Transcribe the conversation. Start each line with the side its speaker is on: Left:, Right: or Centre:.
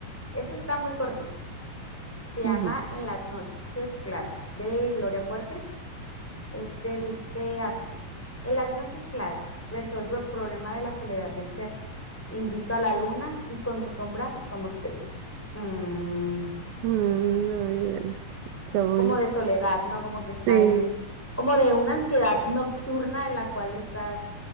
Centre: Este está muy cortito. Se llama
Right: Ujú.
Centre: En las noches claras, de Gloria Fuertes. Este dice así. En las noches claras resuelvo el problema de la soledad del ser. Invito a la luna y con mi sombra somos tres. Mm,
Right: Mm, ay, bueno. Está
Centre: es
Right: bueno.
Centre: como de soledad, ¿no? Como que
Right: Sí,
Centre: está ahí, como de una ansiedad nocturna en la cual estás